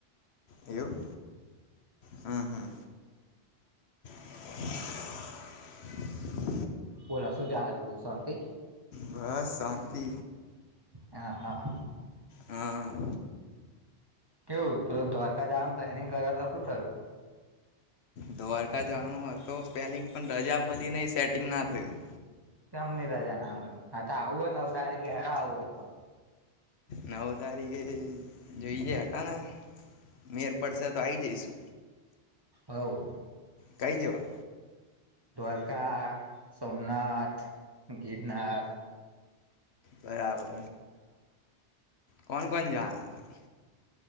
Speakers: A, on the left; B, on the right.
A: એવું? હમ્મ-હમ્મ. <inaudible>
B: બોલો શું ચાલે બીજું? શાંતી?
A: બસ શાંતિ
B: હા, હા.
A: હાં.
B: કેવું દ્વારકા જવાનું પ્લાનિંગ કરે તો શું થયું!
A: દ્વારકા જવાનું હતો પ્લેનીંગ પણ રજા મળી ન સેટિંગ ના થયું.
B: કેમની રજા ના મળી. હ તો આવું હોય નવ તારીખે હેરા આવું હોય તો
A: નવ તારીખે જોઈએે હતા ને મેર પડશે તો આ આવી જઈશુ.
B: હોવ.
A: કઈ જવા.
B: દ્વારકા, સોમનાથ, ગિગનાર,
A: બરાબર કોણ કોણ જવાના હતા?